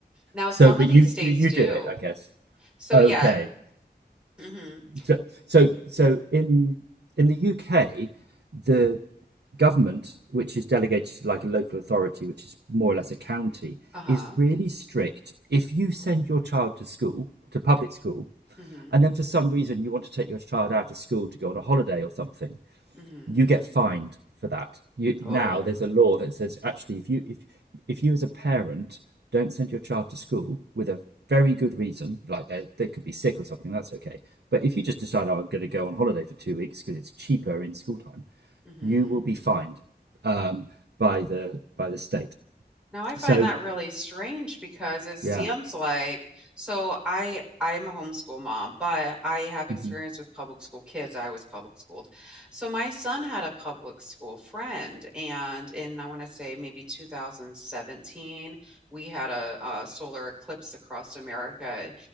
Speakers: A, in the centre; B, on the right.
A: Now
B: So,
A: some
B: but
A: of these
B: you
A: states
B: you, you
A: do.
B: do it, I guess.
A: So
B: Okay.
A: yeah. Mm-hmm.
B: So, so, so in in the UK, the government, which is delegated to like a local authority, which is more or less a county,
A: Uh-huh.
B: is really strict. If you send your child to school, to public school,
A: Mm-hmm.
B: and then for some reason you want to take your child out of school to go on a holiday or something,
A: Mm-hmm.
B: you get fined for that. You,
A: Oh.
B: now there's a law that says actually, if you if if you as a parent don't send your child to school with a very good reason, like they they could be sick or something, that's okay. But if you just decide, oh, I'm going to go on holiday for two weeks because it's cheaper in school time,
A: Mm-hmm.
B: you will be fined um, by the by the state.
A: Now I find
B: So
A: that really strange because it seems
B: Yeah.
A: like so I I'm a homeschool mom, but I have experience
B: Mhm.
A: with public school kids. I was public schooled. So my son had a public school friend and in I want to say maybe 2017 we had a, a solar eclipse across America